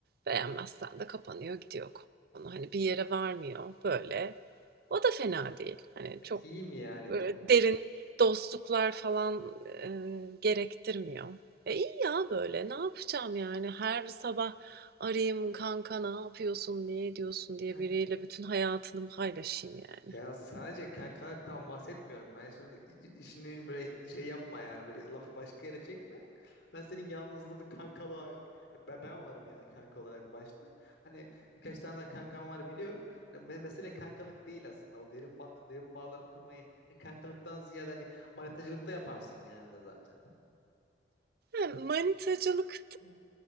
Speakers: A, on the right; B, on the left.
A: Beğenmezsen de kapanıyor gidiyor konu. Hani bir yere varmıyor böyle. O da fena değil. Hani
B: Ya,
A: çok
B: iyi mi yani?
A: böyle
B: de bu-
A: derin dostluklar falan e, gerektirmiyor. E iyi ya böyle. Ne yapacağım yani? Her sabah arayayım kanka ne yapıyorsun, ne ediyorsun diye
B: Ya
A: biriyle bütün hayatını paylaşayım yani.
B: Ya sadece kankalıktan bahsetmiyorum ben şimdi i- i- işini böyle şey yapma yani böyle lafı başka yere çekme. Ben senin yalnızlığını kankalığa ben, ben varım yani kanka olarak başta. Hani birkaç tane daha kankam var biliyorum. Hani me- mesele kankalık değil aslında o derin ba- derin bağlar kurmayı hani kankalıktan ziyade hani manetacılıkta yaparsın genelde zaten.
A: Yani manitacılık
B: Hı.